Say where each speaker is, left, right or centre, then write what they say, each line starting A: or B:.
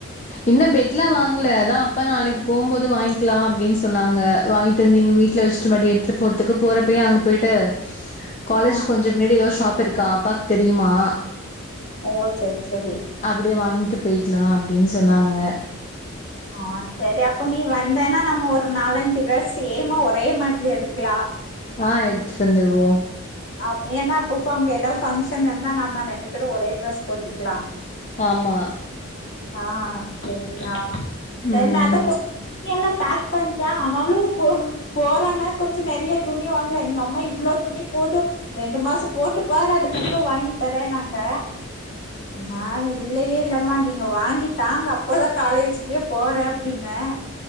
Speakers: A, on the left (about 35°); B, on the left (about 55°).
A: இன்னு பெட்லா வாங்கல அதா அப்பா நாளைக்கி போம்போது வாய்ங்க்கலா அப்டீன்னு சொன்னாங்க வாங்கிட்டு வந்து இங்க வீட்ல வெச்சு டுவண்டிய எடுத்துட்டு போறதுக்கு போறப்பயே அங்க போயிட்டு காலேஜுக்கு
B: யா
A: கொஞ்சோ முன்னாடி எதோ ஷாப்புருக்கா அப்பாக்கு தெரியுமா
B: ஓ செர் செரி
A: அப்டியே வாங்கிட்டு போய்க்லா அப்டீன்னு சொன்னாங்க
B: ஆ செரி அப்ப நீ வந்தன்னா நம்ம ஒரு நாலஞ்சு ட்ரெஸ் சேமா ஒரே மாதிரி எடுக்கலா
A: ஆ எடுத்துட் வந்துருவோ
B: ஆம் ஏனா அப்பப்போ அங்க ஏதாவ் ஃபங்க்ஷன் நடந்தா நம்ம ரெண்டு பேரு ஒரே ட்ரெஸ் போட்டுக்கலா
A: ஆமா
B: ஆ சேரிதா செரி
A: ம்
B: நா அது கு துணியெல்லா பேக் பண்ட்டா ஆனாலு போ போறோனா கொஞ்சோ நெறையா துணி வாங்கலா எங்க அம்மா இவ்ளோ துணி போடு ரெண்டு மாசோ போட்டுப்பாரு அதுக்கப்றோ வாங்கித்தரேன்னாங்க நா இல்லையே இல்லம்மா நீங்க வாங்கி தாங்க அப்பதா காலேஜுக் கே போறே அப்டீன்னே